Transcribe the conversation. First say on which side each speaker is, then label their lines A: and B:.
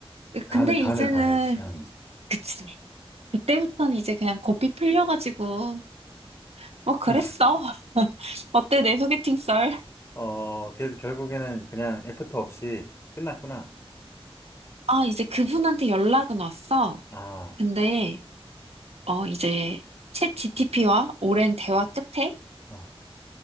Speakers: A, on the right; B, on the left.
A: 으,
B: 간을
A: 근데
B: 간을
A: 이제는,
B: 봐야지. 응.
A: 그치. 그때부터는 이제 그냥 고삐 풀려가지고, 뭐 그랬어.
B: <laughs>
A: <laughs> 어때, 내 소개팅 썰?
B: 어, 그래서 결국에는 그냥 애프터 없이 끝났구나.
A: 아, 이제 그분한테 연락은 왔어.
B: 아,
A: 근데, 어, 이제, 챗 GTP와 오랜 대화 끝에
B: 어,